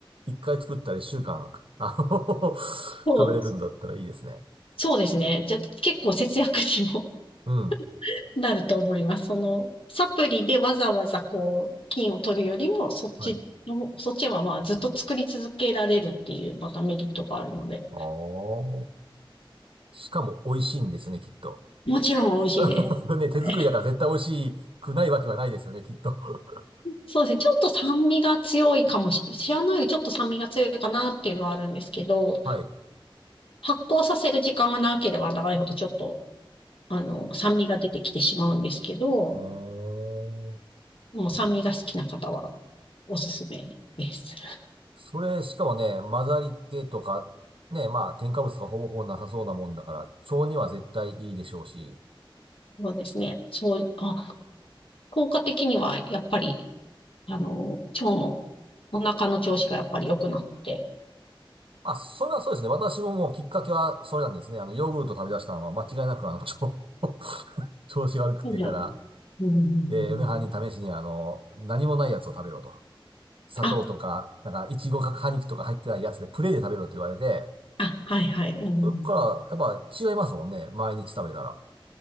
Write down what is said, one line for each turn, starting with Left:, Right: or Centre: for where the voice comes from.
Right: 1回作ったら1週間、あの <laughs> 食べれるんだったらいいですね。
Left: そう、そうですね。じゃあ結構節約にも
Right: うん。
Left: <laughs> なると思います。その、サプリでわざわざこう、菌を取るよりも、そっちの、
Right: はい。
Left: そっちはまあずっと作り続けられるっていう、またメリットがあるので、
Right: ああ。しかも美味しいんですよね、きっと。
Left: もちろん美味しいで
Right: <laughs> ね、手作りだから絶対美味しくないわけはないですよね、
Left: す。
Right: きっと。<laughs>
Left: そうですね。ちょっと酸味が強いかもしれない。シアノよりちょっと酸味が強いかなっていうのはあるんですけど、
Right: はい。
Left: 発酵させる時間が長ければ長いほどちょっと、あの、酸味が出てきてしまうんですけど、
Right: あー
Left: もう酸味が好きな方はおすすめです。
Right: それ、しかもね、混ざり気とか、ね、まあ、添加物がほぼほぼなさそうなもんだから、腸には絶対いいでしょうし。
Left: そうですね。そう、あ、効果的にはやっぱり、あの、腸の、お腹の調子がやっぱり良くなって。
Right: あ、それはそうですね。私ももうきっかけはそれなんですね。あの、ヨーグルト食べ出したのは間違いなくあの、腸、<laughs> 調子が悪くってから。
Left: はいはいうんうんうんうん
Right: で、嫁はんに試しにあの、何もないやつを食べろと。砂糖とか、
Left: あ、
Right: なんか、いちごか果肉とか入ってないやつでプレーで食べろって言われて、
Left: あ、はいはい。うん、
Right: それから、やっぱ違いますもんね。毎日食べたら。